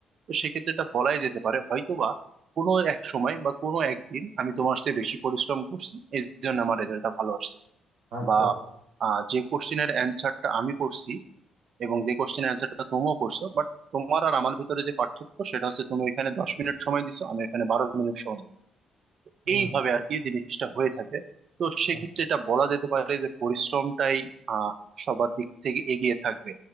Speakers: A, on the right; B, on the right.
A: তো সেক্ষেত্রে এটা বলাই যেতে পারে হয়তোবা কোনো এক সময় বা কোনো একদিন আমি তোমার চেয়ে বেশি পরিশ্রম করছি এই জন্য আমার রেজাল্টটা ভালো আসছে
B: আচ্ছা
A: বা আহ, যে কোশ্চেনের অ্যান্সারটা আমি করছি এবং যে কোশ্চেনের অ্যান্সারটা তুমিও করছো বাট তোমার আর আমার ভিতরে যে পার্থক্য সেটা হচ্ছে তুমি এখানে দশ মিনিট সময় দিছো আমি এখানে বারো মিনিট সময় দিছি
B: হুম
A: এইভাবে আর কি জিনিসটা হয়ে থাকে তো সেক্ষেত্রে
B: আচ্ছা।
A: এটা বলা যেতে পারে যে পরিশ্রমটাই আহ সবার দিক থেকে এগিয়ে থাকবে